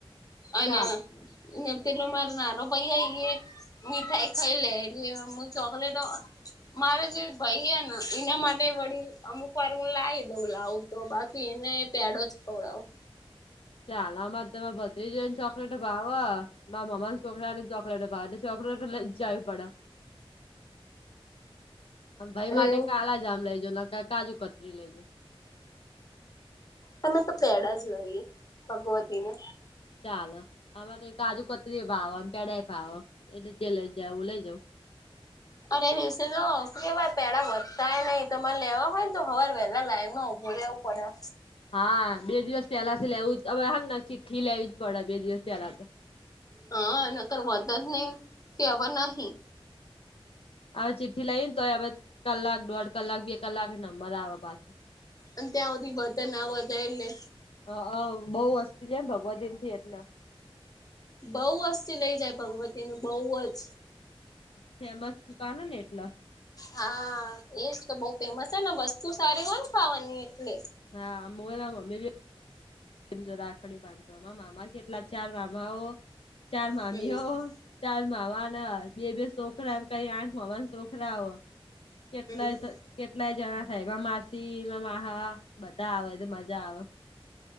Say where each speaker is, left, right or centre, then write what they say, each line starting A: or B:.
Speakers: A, on the left; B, on the left.
A: અને
B: ચાલ
A: પેલો મારો નાનો ભાઈ હ મીઠાઈ ખાઈ લે એટલે હું ચોકલેટ મારો જે ભાઈ હ ને હા એના માટે વળી અમુક વાર હું લાવી દઉં લાવું તો બાકી એને પેડો જ ખવડાવું.
B: ચાલા મા ભત્રીજની ચોકલેટ બાાવવા મા મમ્મને ચોકલેટ અને ચોક બાર ચોકલેટ લ જાઈ પડા મ ભાઈ માટે
A: એવું
B: કાળા જામ લઈજો ન ક કાજુ કતરી લઈજો.
A: તમે તો પેડા જ લઈએ ભગવતી ને
B: ચાલો આરે તો કાજુ કતરી એ ભાવ પેડા એ ભાવ એટલે જે લઈ જું લઈ જાઉ.
A: અ એ દિવસે તો આવશે કે ભાઈ પેડા વધતા નહી તમારે લેવા હોય ને તો હવાર વહેલા લાઈન માં ઉઊભો રહેવું. પડા
B: હા બે દિવસ પેલાથી લેવું જ હવે હ ચિઠ્ઠી લેવી જ પડે બે દિવસ પેલા તો
A: હા એ કરર વધ જ નહી કે હવા નહી.
B: હવે ચિઠ્ઠી લઈ ને તોય હવે કલાક દોઢ કલાક બે કલાક નંબર આવે પાસે
A: અને ત્યાં સુધી બધન ના બધા એટલે
B: હ બહુ વસ્તી એમ ભગવત દન થીટના
A: બઉુ વસ્થી લઇ જાય ભગવતી ન બઉ જ
B: ફેમસ દુકાન હ ને એટલે
A: હા એજ તો બહ ફેમસ છે ને વસ્તુ સારી હો ખાવાની એટલે
B: હા મો તો મ્મી જો રાખડી બાંધો મામા કેટલા ચાર મામા ઓ ચાર મામીઓ
A: હમ
B: ચાર મામાન બે બે છોકરા કઈ આઠ મામા ના છોકરા કેટલાય
A: હમ
B: કેટલાય જણા થાય એમાં માસી એમાં માા બધા આવે મજા આવે.